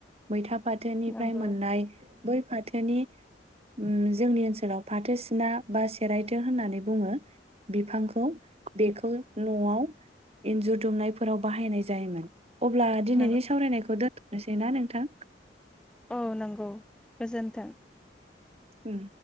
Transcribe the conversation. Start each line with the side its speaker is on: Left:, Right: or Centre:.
Right: मैथा फाथोनिफ्राय
Centre: नंगौ
Right: मोननाय बै फाथोनि उम जोंनि ओनसोलाव फाथो सिना बा सेरायथो होननानै बुङो बिफांखौ बेखौ न'आव इन्जुर दुमनायफोराव बाहायनाय जायोमोन। अब्ला दिनैनि
Centre: नंगौ
Right: सावरायनायखौ दोन दोनोसै ना नोंथां?
Centre: अ नोंगौ गोजोन्थों।
Right: उम।